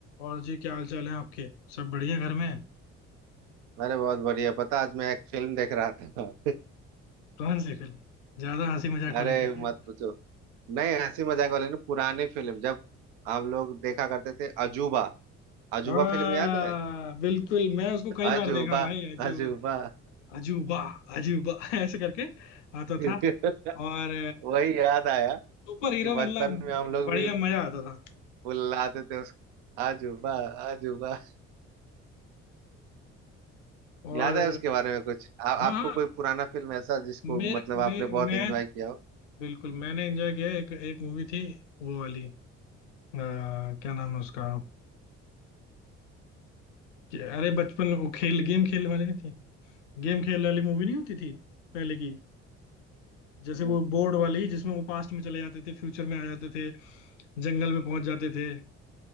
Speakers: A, on the left; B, on the right.
A: और जी क्या हाल चाल है आपके सब बढ़िया घर में
B: अरे बहुत बढ़िया पता आज मैं एक फिल्म देख रहा था
A: कौन सी फिल्म ज्यादा हंसी मजाक
B: <laughs> अरे
A: वाली थी क्या
B: मत पूछो नहीं हंसी मजाक वाले नहीं पुरानी फिल्म जब हम लोग देखा करते थे अजूबा अजूबा
A: हाँ
B: फिल्म याद है <laughs>
A: बिल्कुल मैं उसको कई
B: अजूबा
A: बार देखा भाई अजूबा
B: अजूबा
A: अजूबा अजूबा <laughs> ऐसे करके आता
B: <laughs>
A: था और
B: वही याद आया
A: सुपर
B: कि
A: हीरो
B: बचपन
A: मतलब
B: में हम लोग
A: बढ़िया
B: भी
A: मजा आता था
B: बुलाते थे उसको अजूबा अजूबा
A: और
B: याद है उसके बारे में कुछ आ, आपको
A: हाँ हाँ
B: कोई पुराना फिल्म ऐसा जिसको
A: मेरे
B: मतलब आपने
A: मैं
B: बहुत
A: मैं
B: एंजॉय किया हो
A: बिल्कुल मैंने एंजॉय किया एक एक मूवी थी वो वाली अ, क्या नाम है उसका कि- अरे बचपन वो खेल गेम खेलने वाली नहीं थी गेम खेल वाली मूवी नहीं होती थी पहले की जैसे
B: हम्म।
A: वो बोर्ड वाली जिसमें वो पास्ट में चले जाते थे फ्यूचर में आ जाते थे जंगल में पहुंच जाते थे